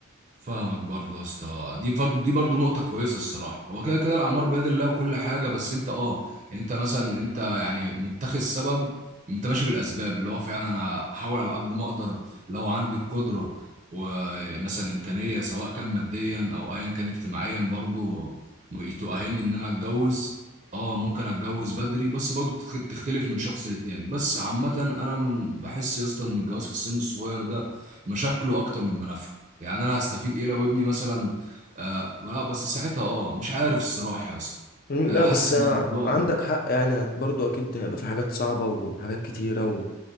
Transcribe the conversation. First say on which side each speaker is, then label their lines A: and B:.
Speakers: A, on the right; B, on the left.
A: فاهمك برضه يا اسطى دي فرض دي برضه نقطة كويسة الصراحة هو كده كده الأعمار بيد الله وكل حاجة بس أنت أه أنت مثلا أنت يعني متخذ سبب أنت ماشي بالأسباب اللي هو فعلا أنا هحاول على قد ما أقدر لو عندي القدرة ومثلا إمكانية سواء كان ماديا أو أيا كان اجتماعيا برضه تؤهلني إن أنا أتجوز أه ممكن أتجوز بدري بس برضه بتخ- بتختلف من شخص للتاني بس عامة أنا من بحس يا اسطى إن الجواز في السن الصغير ده مشاكله أكتر من منافعه يعني انا هستفيد ايه لو ابني مثلا آه آه، بس ساعتها اه مش عارف الصراحه يا اسطى
B: مم،
A: آه،
B: لا
A: حاسس
B: بس آه،
A: ان الموضوع
B: عندك حق يعني هت- برضه أكيد هيبقى في حاجات صعبة وحاجات كتيرة و...